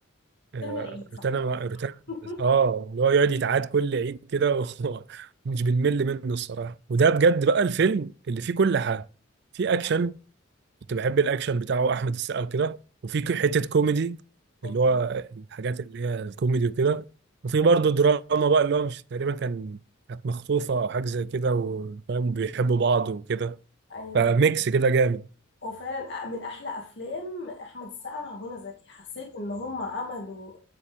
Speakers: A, on the right; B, on the left.
A: آه،
B: فيلم العيد صحيح
A: روتانا روتانا
B: <laughs>
A: اه اللي هو يقعد يتعاد كل عيد كده و- <laughs> ومش بنمل منه الصراحه وده بجد بقى الفيلم اللي فيه كل حاجه في اكشن
B: ايوه
A: كنت بحب الاكشن بتاعه احمد السقا وكده وفي ك- حته كوميدي
B: مظبوط
A: اللي هو الحاجات اللي هي الكوميدي وكده وفي
B: ايوه
A: برضه دراما بقى اللي هو مش تقريبا كان كانت مخطوفه او حاجه زي كده وفاهم بيحبوا بعض وكده
B: ايوه
A: فميكس كده جامد
B: هو فعلا أ- من احلى افلام احمد السقا مع منى زكي حسيت ان هم عملوا